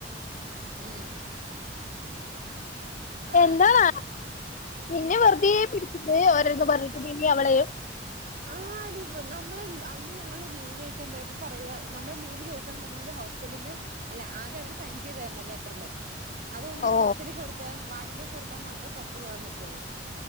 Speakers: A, on the right; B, on the left.
A: ഉം ആഹ്
B: എന്താണ് പിന്നെ വെറുതെ പിടിക്കുന്നത് ഓരോന്ന് പറഞ്ഞിട്ട് ഇനി അവളയും
A: ആ ആടി നമ്മള അന്ന് ഞ നമ്മള് ലീവ്ചൊയിക്കാൻ പോയപ പറയ നമ്മ ലീവ് ചോ കുണ്ടെങ്കിൽ ഹോസ്റ്റലിന്ന് അല്ല ആദ്യം അവര് സൈൻ ചെയ്തു തരണ ലെറ്ററില് അതുകൊണ്ട്
B: ഓ
A: ഹോസ്റ്റലിൽ കൊടുത്ത വാർഡിന്റെ കൊടുത്താൽ മാത്രേ പുറത്ത് പോകൻ പറ്റുള്ളൂ